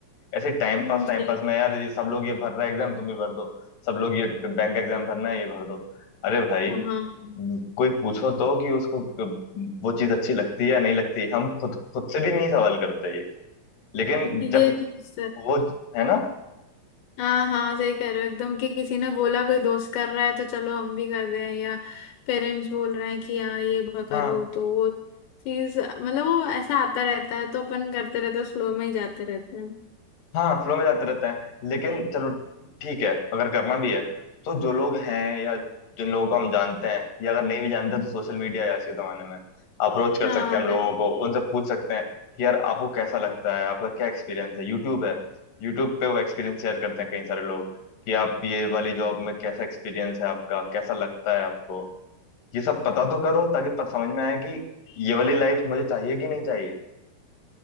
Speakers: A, on the left (about 55°); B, on the left (about 80°).
A: ऐसे टाइम
B: मुझे-
A: पास टाइम पास में यार ये सब लोग ये भर रहा है एग्जाम तुम भी भर दो सब लोग ये बैंक एग्जाम भरना है ये भर दो अरे भाई
B: हाँ
A: कोई पूछो तो कि उसको वो चीज अच्छी लगती है या नहीं लगती हम खुद खुद से भी नहीं सवाल करते ये लेकिन
B: ये
A: जब
B: चीज
A: वो है ना
B: हाँ हाँ सही कह रहे हो एकदम कि किसी ने बोला कोई दोस्त कर रहा है तो चलो हम भी कर दें या पेरेंट्स बोल रहे हैं कि हाँ ये ब- करो
A: हाँ
B: तो वो चीज मतलब वो ऐसा आता रहता है तो अपन करते रहते हैं स्लो में ही जाते रहते हैं
A: हाँ फ्लो में जाते रहते हैं लेकिन चलो ठीक है अगर करना भी है तो जो लोग हैं या जिन लोगों को हम जानते हैं या अगर नहीं भी जानते तो सोशल मीडिया है आज के जमाने में अप्रोच कर
B: हाँ
A: सकते हैं
B: अरे,
A: हम लोगों को उनसे पूछ सकते हैं कि यार आपको कैसा लगता है आपका क्या एक्सपीरियंस है यूट्यूब है यूट्यूब पे वो एक्सपीरियंस शेयर करते हैं कई सारे लोग कि आप ये वाली जॉब में कैसा एक्सपीरियंस है आपका कैसा लगता है आपको ये सब पता तो करो ताकि पता समझ में आए कि ये वाली लाइफ मुझे चाहिए कि नहीं चाहिए